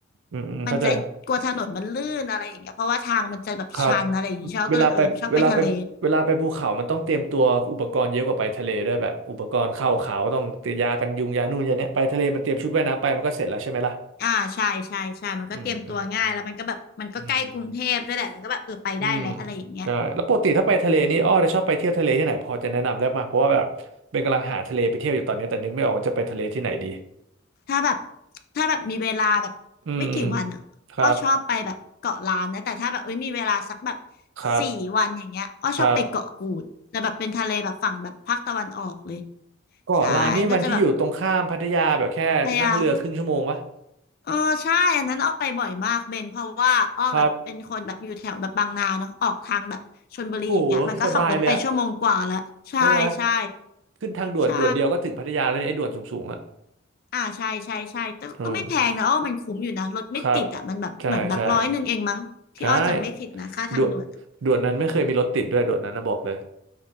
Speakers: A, on the right; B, on the left.
A: อืมอืมเข้าใจ
B: มันจะกลัวถนนมันลื่นอะไรอย่างเงี้ยเพราะว่าทางมันจะแบบชันอะไรอย่างเงี้ยชอบก็เลยเออชอบไปทะเล
A: ครับเวลาไปเวลาไปเวลาไปภูเขามันต้องเตรียมตัวอุปกรณ์เยอะกว่าไปทะเลด้วยแบบอุปกรณ์เข้าเขาต้องเตรียมยากันยุงยานู่นยาเนี้ยไปทะเลมันเตรียมชุดว่ายน้ำไปมันก็เสร็จแล้วใช่ไหมล่ะ
B: อ่าใช่ใช่ใช่มันก็เตรียมตัวง่ายแล้วมันก็แบบมันก็ใกล้กรุงเทพด้วยแหละมันก็แบบเออไปได้แหละอะไรอย่างเงี้ย
A: อืมอืมอืม อืมใช่แล้วปกติถ้าไปทะเลนี่อ้อจะชอบไปเที่ยวทะเลที่ไหนพอจะแนะนำได้ป่ะเพราะว่าแบบเป็นกำลังหาทะเลไปเที่ยวอยู่ตอนนี้แต่นึกไม่ออกว่าจะไปทะเลที่ไหนดี
B: ถ้าแบบถ้าแบบมีเวลาแบบไม่กี่วันอ่ะอ้อชอบไปแบบเกาะล้านนะแต่ถ้าแบบเอ้ยมีเวลาสักแบบ
A: อืมครับครับ
B: สี่วันอย่างเงี้ยอ้อชอบไปเกาะกูดแล้วแบบเป็นทะเลแบบฝั่งแบบภาคตะวันออกเลย
A: ครับเก็ร้านนี้มันที่อยู่ตรงข้ามพัทยาแบบแค่นั่งเรือครึ่งชั่วโมงวะ
B: ใช่ก็จะแบบพยายามเออใช่อันนั้นอ้อไปบ่อยมากเบนเพราะว่าอ้อแบบเป็นคนแบบอยู่แถวแบบบางนาเนาะออกทางแบบชลบุรีอย่างเงี้ยมันก็ขับรถไปชั่วโมงกว่าแล้วใช่ใช่
A: ครับโหสบายเลยอะใช่ไหมขึ้นทางด่วนด่วนเดียวก็ถึงพัทยาแล้วเนี่ยไอ้ด่วนสูงๆอะ
B: ใช่อ่าใช่ใช่ใช่แต่ก็ไม่แพงนะอ้อมันคุ้มอยู่นะรถไม่ติดอ่ะมันแบบเหมือนแบบร้อยหนึ่งเองมั้งที่อ้อจำไม่ผิดนะ
A: อืมครับใช่ใช่ใช่
B: ค่าทางด่วนอะ
A: ด่วนด่วนนั้นไม่เคยมีรถติดด้วยด่วนนั้นนะบอกเลย